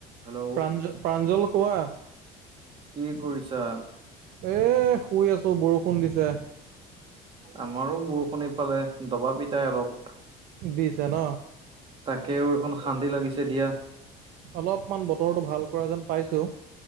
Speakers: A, on the right; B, on the right.
A: Hello
B: প্ৰাঞ্জ, প্ৰাঞ্জল কোৱা।
A: কি কৰিছা।
B: এ শুই আছো বৰষুণ দিছে।
A: আমাৰো বৰষুণ এইফালে দবা পিটা অলপ।
B: দিছে ন
A: তাকেও অকণ শান্তি লাগিছে দিয়া।
B: অলপমান বতৰটো ভাল কৰা যেন পাইছো।